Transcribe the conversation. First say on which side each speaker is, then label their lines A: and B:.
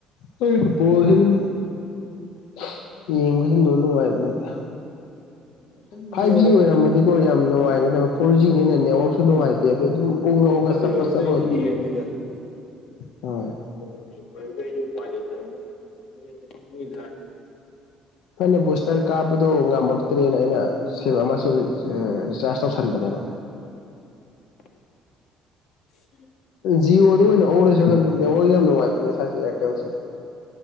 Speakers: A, on the left; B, on the left.
A: ꯃꯣꯏ ꯕꯣꯜꯁꯤꯗꯨꯝ <unintelligible> ꯌꯦꯡꯕꯁꯦ ꯅꯨꯡꯗꯤ ꯅꯨꯡꯉꯥꯏꯕꯅꯤꯗ
B: ꯁꯨꯝ
A: ꯐꯥꯏꯚ
B: ꯌꯦꯡꯉꯒꯗꯤ
A: ꯖꯤ ꯑꯣꯏꯔꯝꯕꯗꯤꯀꯣ
B: ꯕꯤꯠ
A: ꯌꯥꯝ ꯅꯨꯡꯉꯥꯏꯒꯗꯕ ꯐꯣꯔ ꯖꯤꯅꯤꯅ ꯅꯦꯠꯋꯔꯛꯁꯨ ꯅꯨꯡꯉꯥꯏꯇꯦ ꯑꯗꯨꯗ ꯑꯗꯨꯝ ꯎꯡꯉ ꯎꯡꯉ
B: ꯐꯥꯏꯚ
A: ꯆꯞꯄ
B: ꯖꯦꯔꯣꯗ
A: ꯆꯞꯄꯒ
B: ꯑꯩꯁꯨ
A: ꯑꯗꯨꯝ
B: <unintelligible>
A: ꯍꯣꯏ ꯐꯅ ꯕꯨꯁꯇꯔ ꯀꯥꯞꯄꯗꯣ ꯉꯝꯃꯛꯇ꯭ꯔꯦꯅ ꯑꯩꯅ ꯁꯦꯕ ꯑꯃꯁꯨ ꯑ ꯔꯤꯆꯥꯔꯖ ꯇꯧꯁꯟꯕꯅꯦꯕ
B: <unintelligible> <unintelligible>
A: ꯖꯤꯑꯣꯗ ꯑꯣꯏꯅ ꯑꯣꯟꯂꯁꯤꯔ ꯈꯟꯕꯅꯦ ꯅꯦꯠꯋꯥꯛ ꯌꯥꯝ ꯅꯨꯡꯉꯥꯏꯇꯦꯅꯦ ꯁꯥꯏꯁꯦ ꯑꯦꯌꯥꯔꯇꯦꯜꯁꯦ